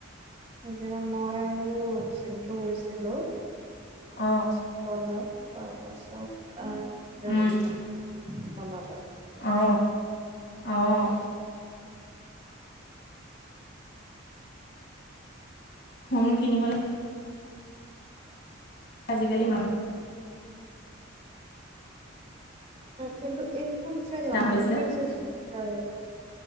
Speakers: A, on the right (about 30°); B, on the left (about 60°).
A: সেইদিনা মই আৰু চিমটো গৈছিলোঁ। কলা
B: অ
A: তাৰপাছত আহ <unintelligible>
B: উম
A: বনাবলে
B: অ। অঁ। সোণ কিনিবলে আজিকালি মানুহ
A: কিন্তু এই সোন যে লাগততে
B: দাম হৈছে
A: যে জুবিতাৰ